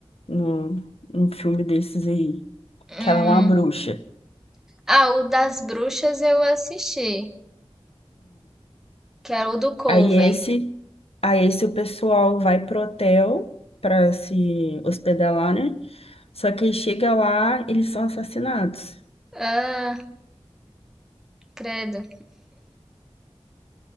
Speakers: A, on the left; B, in the centre.
A: no, no filme desses aí,
B: Hum.
A: que ela é uma bruxa.
B: Ah, o das bruxas eu assisti, que era o do Coven.
A: Aí esse, aí esse o pessoal vai pro hotel para se hospedar lá, né? Só que aí chega lá, eles são assassinados.
B: Ah, credo.